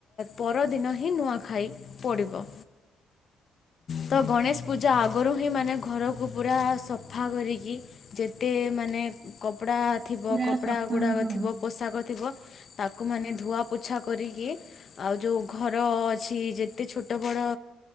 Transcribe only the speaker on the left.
ପରଦିନ ହିଁ ନୂଆଖାଇ ପଡ଼ିବ। ତ ଗଣେଶ ପୂଜା ଆଗରୁ ହିଁ ମାନେ ଘର କୁ ପୁରା ସଫା କରିକି ଯେତେ ମାନେ କପଡ଼ା ଥିବ
କପଡ଼ା
ଗୁଡ଼ାକ
ଥିବ ପୋଷାକ ଥିବ। ତାକୁ ମାନେ ଧୁଆ ପୋଛା କରିକି ଆଉ ଯୋଉ ଘର ଅଛି ଯେତେ ଛୋଟ ବଡ଼